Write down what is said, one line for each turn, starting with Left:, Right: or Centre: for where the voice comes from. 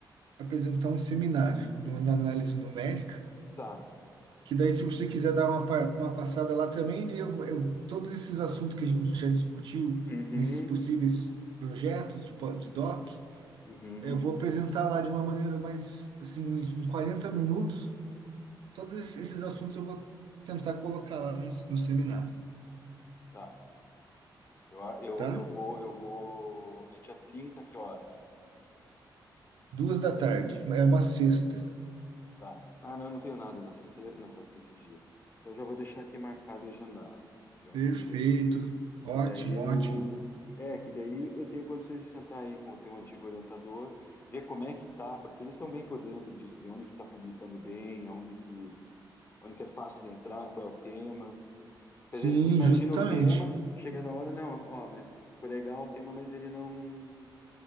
Right: apresentar um seminário no- na análise numérica,
Left: Tá.
Right: que daí se você quiser dar uma, pa- uma passada lá também, daí eu, eu- todos esses assuntos que a gente já discutiu
Left: Uhum,
Right: nesses possíveis projetos de, po- de doc,
Left: uhum,
Right: eu vou apresentar lá de uma maneira mais, assim, em 40 minutos, todos esses assuntos eu vou tentar colocar lá no no seminário,
Left: tá. Eu, a- eu,
Right: tá?
Left: eu vou, eu vou. É dia 30 que horas?
Right: Duas da tarde. É uma sexta.
Left: Tá. Ah, não, eu não tenho nada nessa, ce- nessa, nesse dia. Então eu já vou deixar aqui marcado e agendado. Já
Right: Perfeito.
Left: agendei aqui.
Right: Ótimo,
Left: E daí
Right: ótimo.
Left: eu. É, que daí eu tenho condições de sentar aí com o teu antigo orientador, ver como é que tá, porque eles estão bem por dentro disso, de onde que tá publicando bem, aonde que, onde que é fácil de entrar, qual é o tema.
Right: Sim,
Left: Às vezes a gente imagina
Right: justamente.
Left: o tema, chega na hora, não, ó, mas tipo, legal o tema, mas ele não,